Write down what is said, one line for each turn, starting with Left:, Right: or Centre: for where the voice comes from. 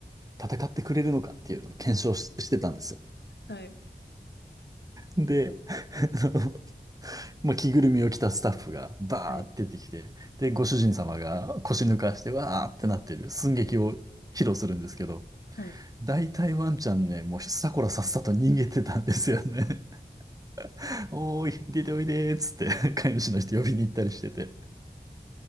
Right: 戦ってくれるのかっていうのを検証し、してたんですよ。
Left: はい。
Right: で、<laughs> まあ着ぐるみを着たスタッフがバーって出てきて、
Left: はい。
Right: で、ご主人様が腰抜かしてわーってなってる寸劇を披露するんですけど、
Left: はい。
Right: 大体ワンちゃんね、もうさこらさっさと逃げてたんですよね。<laughs> おーい、出ておいでーっつって、飼い主の人呼びに行ったりしてて。